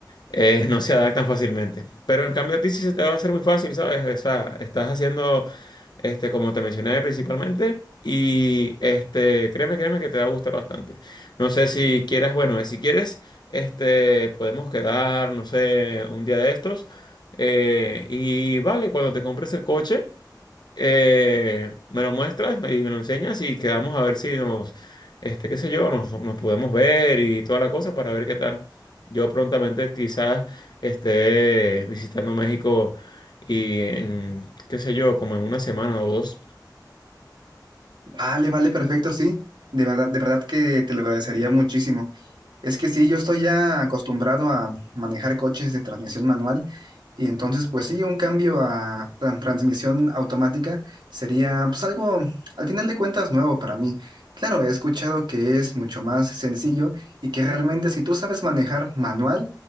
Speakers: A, on the left; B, on the right.
A: eh, <laughs> no se adaptan fácilmente. Pero en cambio a ti sí se te va a hacer muy fácil, ¿sabes? O sea, estás haciendo, este, como te mencioné principalmente, y este, créeme, créeme que te va a gustar bastante. No sé si quieres, bueno, si quieres, este, podemos quedar, no sé, un día de estos. eh, y vale, cuando te compres el coche. Eh, me lo muestras y me lo enseñas y quedamos a ver si nos, este, qué sé yo, nos, nos podemos ver y toda la cosa para ver qué tal. Yo prontamente quizás esté visitando México y en, qué sé yo, como en una semana o dos.
B: Vale, vale, perfecto, sí. De verdad, de verdad que te lo agradecería muchísimo. Es que sí, yo estoy ya acostumbrado a manejar coches de transmisión manual y entonces pues sí, un cambio a tran- transmisión automática sería pues algo al final de cuentas nuevo para mí. Claro, he escuchado que es mucho más sencillo y que realmente si tú sabes manejar manual,